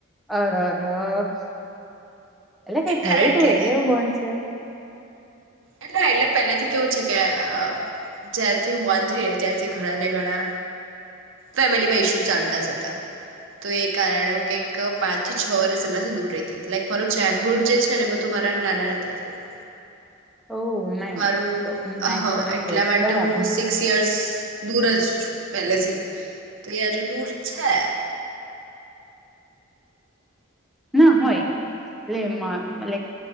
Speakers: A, in the centre; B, on the right.
A: અર ર એટલે કઈ થયું
B: કારણ
A: તું
B: કે
A: એટલે એવું બૉન્ડ છે.
B: એટલા એટલે પહેલેથી કેવું છે કે, અહ જ્યારથી બોન થઈહી ત્યારથી ઘણા ને ઘણા ફેમિલીમાં ઈસ્યુ ચાલતાજ હતા, તો એ કારણે હું કંઈક પાંચ થી છ વર્ષ એમનાથી દૂર રઈતી, લાઈક મારું ચાઇલ્ડહુડ જે છે ને તું મારા નાના ના ત્યાં થયું.
A: ઓ નહી.
B: મારું,
A: નાઈસ
B: હા
A: તો ના
B: એટલા
A: કેવાય
B: માટે
A: બરાબર
B: હું સિક્સ યર્સ દૂરજ છું. પેલેથી, તો એ આજે દૂર છે.
A: ના હોય એટલે લાઈક